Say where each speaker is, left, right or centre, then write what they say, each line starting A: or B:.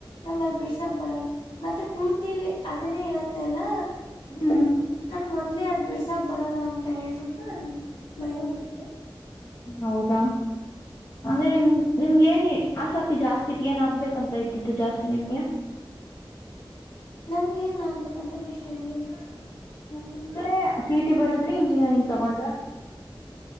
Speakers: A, on the left; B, on the left.
A: ನಂಗ ಬಿಡ್ಸಕ್ ಬರಲ್ಲ ಮತ್ತೆ ಪೂರ್ತಿ ಅದನ್ನೇ ಇರುತ್ತೆ ಅಲ್ಲ
B: ಹ್ಮ್
A: ನಂ ಮೊದ ಮೊದಲು ಅದ ಬಿಡಸಾಕ್ ಬರಲ್ಲ ಅಂತ ಹೇಳು ನನ್ ಬಯೋ ಬಿಟ್ಟೆ
B: ಹ್ಮ ಹೌದಾ ಅಂದ್ರೆ
A: ಹ್ಞೂ
B: ನಿಮ ನಿಮ್ಗೆ ಏನ ಆಸಕ್ತಿ ಜಾಸ್ತಿತ್ ಏನ್ ಆಗ್ಬೇಕಂತ ಇದ್ದಿದ್ದು ಜಾಸ್ತಿ ನಿಮ್ಗೆ
A: ನಂಗ ಏನ್ ಆಗ್ಬೇಕಂತನೂ ಇಷ್ಟ ಇರ್ಲಿಲ್ಲ
B: ಸುಮ್ಮ್ನೆ ಸಿಟಿ ಬರದ್ರಿ ಇಂಜಿನಿಯರಿಂಗ್ ತಗೊಂಡ್ರ